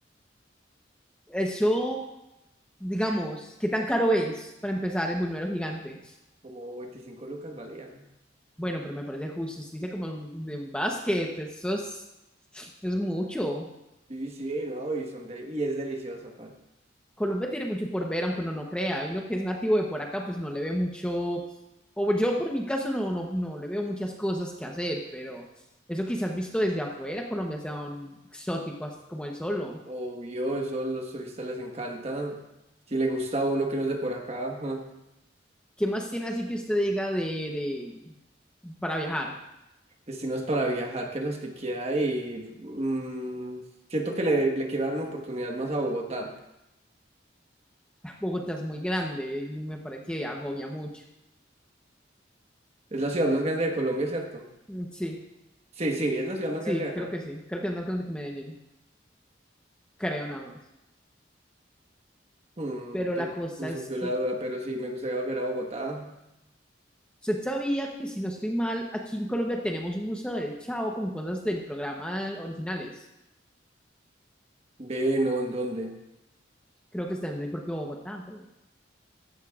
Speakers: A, in the centre; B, on the right.
A: eso, digamos, ¿qué tan caro es para empezar el buñuelo gigante?
B: como veinticinco lucas valía.
A: Bueno, pero me parece justo, dice como de un basket, eso es, es mucho.
B: Y sí, no, y, son de- y es delicioso aparte.
A: Colombia tiene mucho por ver, aunque uno no crea. Uno que es nativo de por acá, pues no le ve mucho, o yo por mi caso no, no, no le veo muchas cosas que hacer, pero eso quizás visto desde afuera, Colombia sea un exótico así como el solo.
B: Obvio, eso a los turistas les encanta. Si le gusta a uno que no es de por acá, ajá.
A: ¿Qué más tiene así que usted diga de, de para viajar?
B: Destinos para viajar, que los que quiera ir. Mm, siento que le, le quiero dar una oportunidad más a Bogotá.
A: Bogotá es muy grande y me parece que agobia mucho.
B: Es la ciudad más grande de Colombia, ¿cierto?
A: Mm, Sí,
B: Sí, sí, es la ciudad más
A: sí,
B: grande de acá.
A: creo que sí. Creo que es más grande que Medellín. Creo nada más.
B: Mm,
A: Pero
B: te-
A: la cosa
B: me surgió
A: es que
B: la duda, pero sí, me gustaría volver a Bogotá.
A: Usted sabía que, si no estoy mal, aquí en Colombia tenemos un museo del Chavo con cosas del programa originales.
B: Ve, no, ¿en dónde?
A: Creo que está en el propio Bogotá, creo.